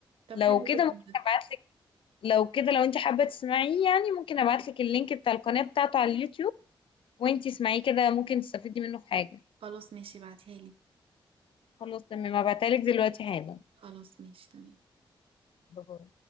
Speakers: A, on the right; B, on the left.
A: طب
B: لو
A: حلو
B: كده
A: جدا
B: ممكن
A: ده
B: ابعت لو كده لو انت حابة تسمعيه يعني ممكن ابعتلك اللينك بتاع القناة بتاعته على اليوتيوب وانت اسمعيه كده ممكن تستفيدي منه في حاجة
A: خلاص ماشي بعتها لي
B: خلاص تمام هبعتهالك دلوقتي حالا
A: خلاص ماشي تمام
B: باي.